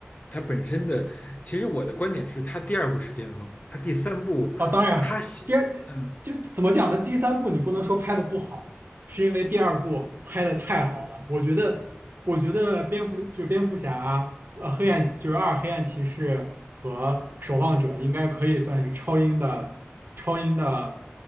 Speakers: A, on the left; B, on the right.
A: 它本身的，其实我的观点是，它第二部是巅峰，它第三部，
B: 啊，当然，
A: 它写，
B: 第二
A: 嗯，
B: 就怎么讲呢？第三部你不能说拍的不好，是因为第二部拍的太好了。我觉得，我觉得蝙蝠就是蝙蝠侠啊，呃，黑暗就是二黑暗骑士和守望者应该可以算是超英的超英的，